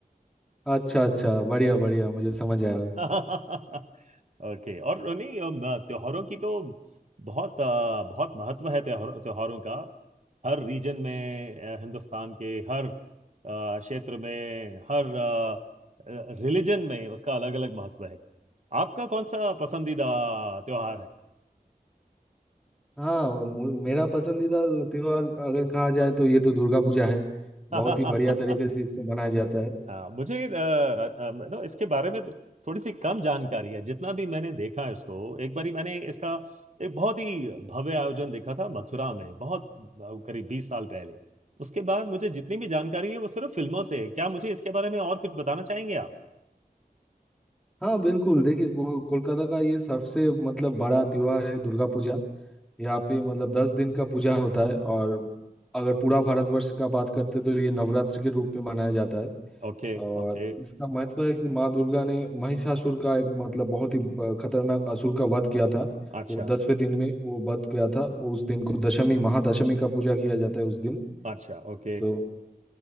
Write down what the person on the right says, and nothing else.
<laughs> ओके और नहीं अम, अ, त्योहारों की तो बहुत अ, बहुत महत्व है त्योहार त्योहारों का हर रीजन में अ, हिंदुस्तान के हर अ, क्षेत्र में हर रिलीजन में उसका अलग अलग महत्व है आपका कौन सा पसंदीदा त्योहार
है
<laughs>
हाँ मुझे नो इसके बारे में थोड़ी सी कम जानकारी है जितना भी मैंने देखा है इसको एक बारी मैंने इसका एक बहुत ही भव्य आयोजन देखा था मथुरा में बहुत अ, करीब बीस साल पहले उसके बाद मुझे जितनी भी जानकारी है वो सिर्फ फिल्मों से है क्या मुझे इसके बारे में और कुछ बताना चाहेंगे आप
Okay
okay
अच्छा
अच्छा ओके